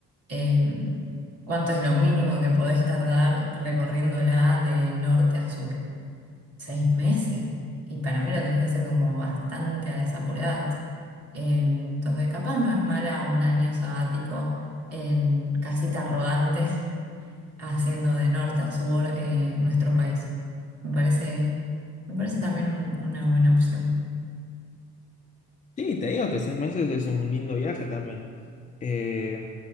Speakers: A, on the right (about 30°); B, on the left (about 15°).
A: em, ¿Cuánto es lo mínimo que podés tardar recorriéndola de norte a sur? Seis meses. Y para mí lo tenés que hacer como bastante a las apuradas. Eh, Entonces, capaz no es mala un año sabático en casita rodante, <laughs> haciendo de norte a sur eh, nuestro país. Me parece, me parece también un- una buena opción.
B: Sí, te digo que seis meses es un lindo viaje también. Eh,